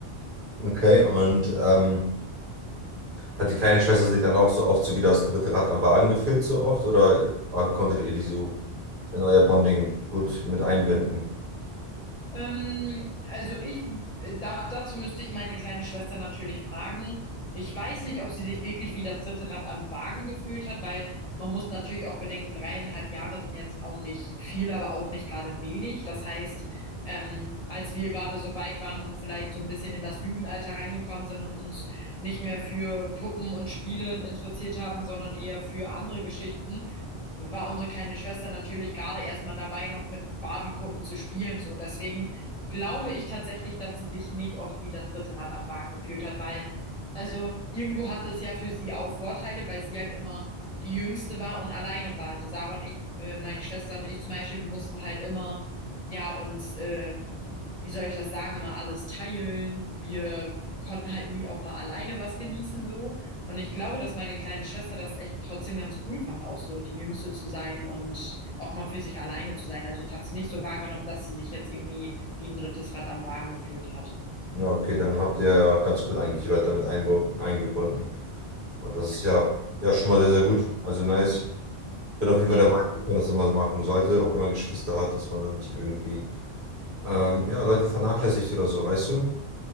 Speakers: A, on the right; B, on the left.
A: Okay, und ähm, hat die kleine Schwester sich dann auch so oft so wie das dritte Rad am Wagen gefühlt, so oft, oder ah, konntet ihr die so in euer Bonding gut mit einbinden?
B: Ähm, also ich, äh, da, dazu müsste ich meine kleine Schwester natürlich fragen. Ich weiß nicht, ob sie sich wirklich wie das dritte Rad am Wagen gefühlt hat, weil man muss natürlich auch bedenken, dreieinhalb Jahre sind jetzt auch nicht viel, aber auch nicht gerade wenig. Das heißt, ähm, als wir gerade so weit waren und vielleicht so ein bisschen in das Jugendalter reingekommen sind und uns nicht mehr für Puppen und Spiele interessiert haben, sondern eher für andere Geschichten, war unsere kleine Schwester natürlich gerade erstmal dabei, noch mit Barbie-Puppen zu spielen. So, deswegen glaube ich tatsächlich, dass sie sich nicht oft wie das dritte Rad am Wagen gefühlt hat, weil also irgendwo hatte es ja für sie auch Vorteile, weil sie halt immer die Jüngste war und alleine war. Also Sarah und ich, äh, meine Schwester und ich zum Beispiel, wir mussten halt immer, ja, uns, äh, wie soll ich das sagen, immer alles teilen. Wir konnten halt nie auch mal alleine was genießen so. Und ich glaube, dass meine kleine Schwester das echt trotzdem ganz cool fand, auch so die Jüngste zu sein und auch mal für sich alleine zu sein. Also ich habe es nicht so wahrgenommen, dass sie sich jetzt irgendwie wie ein drittes Rad am Wagen gefühlt hat.
A: Ja, okay, dann habt ihr ja ganz gut eigentlich die Leute damit einbu- eingebunden und das ist ja, ja schon mal sehr, sehr gut, also nice. bin auf jeden
B: Ja,
A: Fall der Meinung, dass man das immer so machen sollte, auch wenn man Geschwister hat, dass man da nicht irgendwie ähm, ja, Leute vernachlässigt oder so, weißt du?